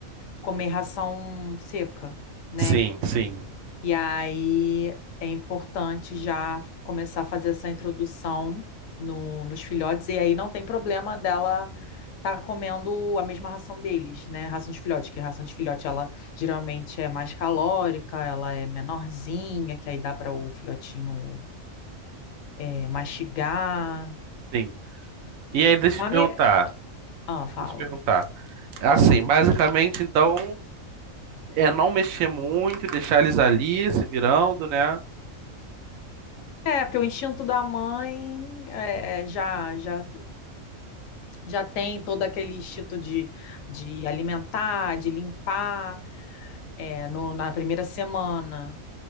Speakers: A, on the left; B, on the right.
A: comer ração seca, né?
B: Sim, sim,
A: E aí é importante já começar a fazer essa introdução no, nos filhotes, e aí não tem problema dela. Tá comendo a mesma ração deles, né? Ração de filhote, que a ração de filhote ela geralmente é mais calórica, ela é menorzinha, que aí dá para o filhotinho é, mastigar.
B: sim. E aí, deixa
A: Mami,
B: eu te perguntar.
A: Ah, fala.
B: Deixa eu te perguntar. Assim, basicamente, então, é não mexer muito, deixar eles ali se virando, né?
A: É, porque o instinto da mãe é, é, já, já, já tem todo aquele instinto de, de alimentar, de limpar, é, no- na primeira semana.